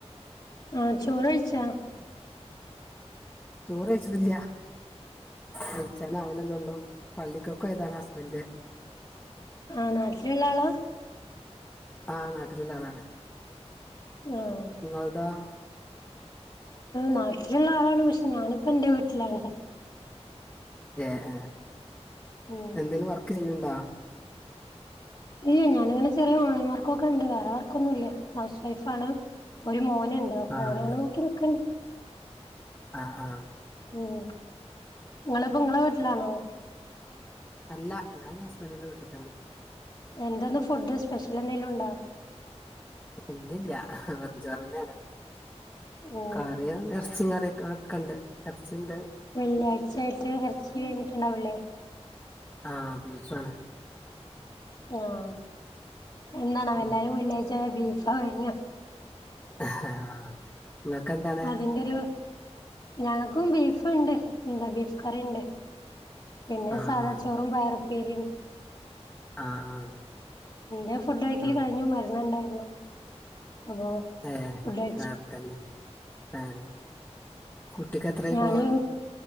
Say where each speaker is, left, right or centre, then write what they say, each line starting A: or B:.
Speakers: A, on the left; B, on the left.
A: ആഹ് ചോറ്ഴിച്ചാ
B: ചോറെയ്ച്ചിട്ടില്ല വൈച്ചാന് ആവ്ണല്ലെള്ളൂ പള്ളിക്കക്കൊയതാണ് ഹസ്ബൻഡ്
A: ആഹ് നാട്ടില്ള്ള ആളാ
B: ആഹ് നാട്ടില്ള്ള ആളാണ്
A: ആഹ്
B: ഇങ്ങ ളതോ
A: നാട്ടിൽ ഒള്ള ആളാണ് പക്ഷെ ഞാനിപ്പ എന്റെ വീട്ടിലാാണ്
B: ഏ ഏ
A: ഉം
B: എന്തേങ്കിലും വർക്ക് ചെയ്യണ്ടോ
A: ഇയ്യ ഞാാനിങ്ങനെ ചെറിയ ഓൺലൈൻ വർക്ക്ഒകോ ഉണ്ട് വേറെ വർക്കൊന്നുമല്ല ഹൗസ് വൈഫ് ആണ് ഒരു മോനുണ്ട്. ഇപ്പം
B: ആഹ്
A: ഓനെ നോക്കി നിക്കനൊ
B: ആഹ് ആഹ്
A: ഉം നിങ്ങളിപ്പോ നിങ്ങളെ വീട്ടിലാണോ?
B: അല്ല ഞാൻ ഹസ്ബൻഡിന്റെ വീട്ടിൽ തന്നെ.
A: എന്താണ് ഫുഡ് സ്പെഷ്യൽ എന്തെങ്കിലും ഉണ്ടോ?
B: ഇല്ല ഇല്ല വെറും ചോർ ആണ്
A: ഉം
B: കറിയ ഇറച്ചി കറിയക്കെ കണ്ട് എർച്ചിണ്ട്
A: വെള്ളിയാഴ്ചയായിട്ട് ഇറച്ചി കഴിട്ടുണ്ടാവൂല്ലേ?
B: ആഹ് ബീഫ്ണ്
A: ആഹ് എന്താണവല്ലേ
B: ഉം
A: എല്ലാരും ബീഫാ വാങ്ങാ
B: ആഹ് നിങ്ങക്കെന്താണ്
A: അതിന്റെയൊരു ഞങ്ങൾക്കും ബീഫ ഉണ്ട് എന്താ ബീഫ് കറി ഉണ്ട് പിന്നെ
B: ആഹ്
A: സാദാ
B: ആഹ്
A: ചോറും പയറും ഉപ്പേരി
B: ആഹ് ആഹ്
A: ഇന്റെ ഫുഡ് കഴികൽ
B: ആഹ്
A: കഴിഞ്ഞു മരുന്നുണ്ടായിരുന്നു അപ്പൊ
B: ഏഹ്
A: ഫുഡ് കഴിച്ചു
B: നോർത്തെനെ ആഹ് കുട്ടിക്ക് എത്രായിക്ക്ണു
A: ഞാന്